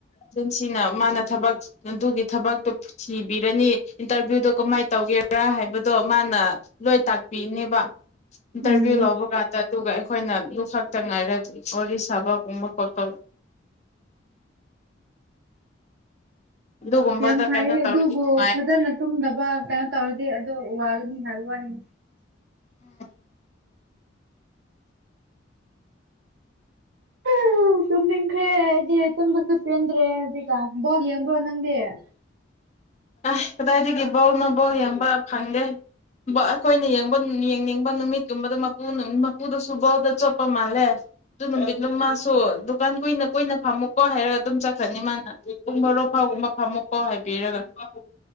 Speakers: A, on the left; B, on the right.
A: ꯑꯦꯖꯦꯟꯁꯤꯅ ꯃꯥꯅ ꯊꯕꯛ ꯑꯗꯨꯒꯤ ꯊꯕꯛꯇꯣ ꯁꯤꯕꯤꯔꯅꯤ ꯏꯟꯇꯔꯚꯤꯌꯨꯗꯣ ꯀꯃꯥꯏꯅ ꯇꯧꯒꯦꯔꯥ ꯍꯥꯏꯕꯗꯣ ꯃꯥꯅ ꯂꯣꯏ ꯇꯥꯛꯄꯤꯅꯦꯕ ꯏꯇꯔꯕꯤꯌꯨ
B: ꯎꯝ
A: ꯂꯕꯨꯒ ꯇ ꯑꯗꯨꯒ ꯑꯩꯈꯣꯏꯅꯗꯨ ꯈꯛꯇ ꯉꯥꯏꯔ ꯋꯥꯔꯤ ꯁꯥꯕꯒꯨꯝꯕ ꯈꯣꯠꯄ ꯑꯗꯨꯒꯨꯝꯕꯗ
B: ꯌꯥꯝ ꯐꯥꯏꯌꯦ
A: ꯀꯩꯅꯣ ꯇꯧꯔꯗꯤ
B: ꯑꯗꯨꯕꯨ
A: ꯅꯨꯡꯉꯥꯏ
B: ꯐꯖꯅ
A: ꯍꯥꯏ
B: ꯇꯨꯝꯗꯕ ꯀꯩꯅꯣ ꯇꯧꯔꯗꯤ ꯋꯥꯒꯅꯤ ꯍꯥꯏꯕ ꯋꯥꯅꯤ
A: ꯎꯝ
B: ꯑꯥ ꯇꯨꯝꯅꯤꯡꯈꯔ꯭ꯦ ꯑꯩꯗꯤ ꯇꯨꯝꯕꯁꯨ ꯄꯦꯟꯗꯔ꯭ꯦ ꯍꯧꯖꯤꯛꯀꯥꯟ ꯕꯣꯜ ꯌꯦꯡꯕꯔ꯭ꯣ ꯅꯪꯗꯤ ꯁꯤ
A: ꯑꯁ ꯀꯗꯥꯏꯗꯒꯤ ꯕꯣꯜꯅꯣ ꯕꯣꯜ ꯌꯦꯡꯕ ꯐꯪꯗꯦ ꯑꯩꯈꯣꯏꯅ ꯌꯦꯡꯕ ꯌꯦꯡꯅꯤꯡꯕ ꯅꯨꯃꯤꯠꯀꯨꯝꯕꯗ ꯃꯨ ꯃꯄꯨꯗꯁꯨ ꯕꯣꯜꯗ ꯆꯣꯞꯄ ꯃꯥꯜꯂꯦ ꯑꯗꯨ ꯅꯨꯃꯤꯠꯂ ꯃꯥꯁꯨ ꯗꯨꯀꯥꯟ ꯀꯨꯏꯅ ꯀꯨꯏꯅ ꯐꯝꯃ ꯀꯣꯏ ꯍꯥꯏꯔꯒ ꯑꯗꯨꯝ ꯆꯠꯈ꯭ꯔꯅꯤ ꯃꯥꯅ ꯄꯨꯡ ꯕꯥꯔꯣ ꯐꯥꯎꯒꯨꯝꯕ ꯐꯥꯃꯨꯀꯥꯎ ꯍꯥꯏꯕꯤꯔꯒ <unintelligible>